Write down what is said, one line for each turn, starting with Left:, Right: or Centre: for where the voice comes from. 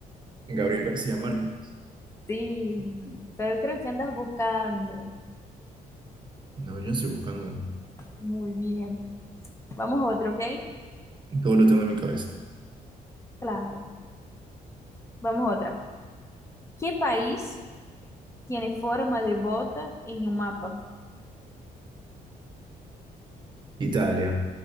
Right: Gabriel García Márquez.
Left: sí, pero creo que andas buscando.
Right: No, yo estoy buscando.
Left: Muy bien. Vamos a otra, ¿ok?
Right: Todo lo tengo en mi cabeza.
Left: Claro. Vamos a otra. ¿Qué país tiene forma de bota en un mapa?
Right: Italia.